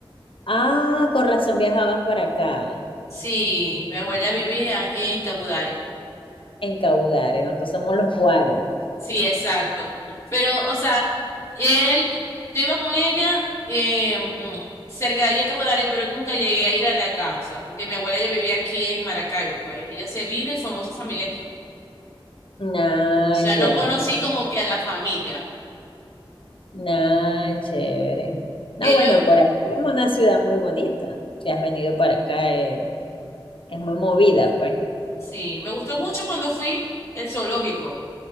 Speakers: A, on the left (about 70°); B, on the left (about 30°).
A: Ah, con razón viajabas para acá,
B: Sí, mi abuela vivía en Cabudare.
A: en Caudare, nosotros somos los guaros.
B: Sí, exacto. Pero, o sea, él, yo iba con ella eh, mm, cerca de allí a Cabo Dares, pero nunca llegué a ir a la casa, porque mi abuela ya vivía aquí en Maracaibo, pues ella se vino y formó su familia aquí.
A: Ah,
B: O sea, no
A: ya.
B: conocí como que a la familia.
A: Nah, chévere. No,
B: Ellos,
A: bueno, por acá es una ciudad muy bonita. Si has venido para acá, eh, es muy movida, pues.
B: sí, me gustó mucho cuando fui el zoológico,